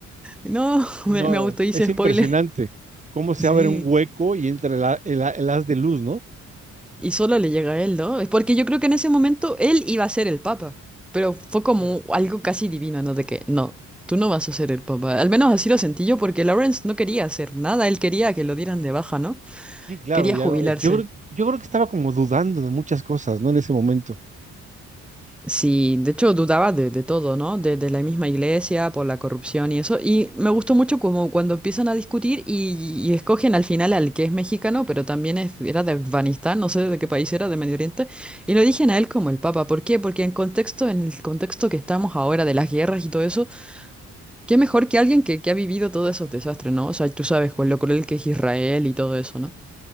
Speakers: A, in the centre; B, on the right.
A: no,
B: Sí,
A: <laughs> me,
B: no,
A: me auto hice
B: es impresionante
A: spoiler. <laughs>
B: cómo se
A: Sí.
B: abre un hueco y entra el, a- el a- el haz de luz, ¿no?
A: Y solo le llega a él, ¿no? Es porque yo creo que en ese momento él iba a ser el papa. Pero fue como
B: Sí,
A: algo casi divino, ¿no? De que, no, tú no
B: exacto.
A: vas a ser el papa. Al menos así lo sentí yo porque Lawrence no quería hacer nada, él quería que lo dieran de baja, ¿no?
B: Sí, claro,
A: Quería
B: ya
A: jubilarse.
B: no, es- yo, creo- yo creo que estaba como dudando de muchas cosas, ¿no? En ese momento.
A: Sí, de hecho dudaba de, de todo, ¿no? De, de la misma iglesia, por la corrupción y eso. Y me gustó mucho como cuando empiezan a discutir y, y escogen al final al que es mexicano, pero también es- era de Afganistán, no sé de qué país era, de Medio Oriente. Y lo eligen a él como el Papa. ¿Por qué? Porque en contexto, en el contexto que estamos ahora de las guerras y todo eso, qué mejor que alguien que, que ha vivido todos esos desastres, ¿no? O sea, tú sabes con lo cruel que es Israel y todo eso, ¿no?